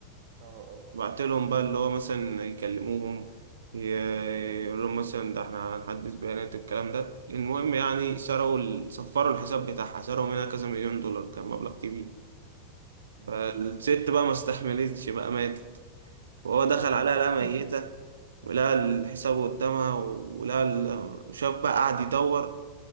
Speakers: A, on the right; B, on the right.
A: اه اه
B: بعتلهم بقى اللي هو مثلا يكلموهم ي- يقول لهم مثلا ده احنا هنحدث بيانات الكلام ده المهم يعني سرقوا ال- صفروا الحساب بتاعها سرقوا منها كذا مليون دولار كان مبلغ كبير
A: ماشي
B: فالست بقى ما استحملتش بقى ماتت وهو دخل عليها لقى ميتة
A: <laughs>
B: ولقى الحساب قدامها ولقى ال- شاف بقى قعد يدور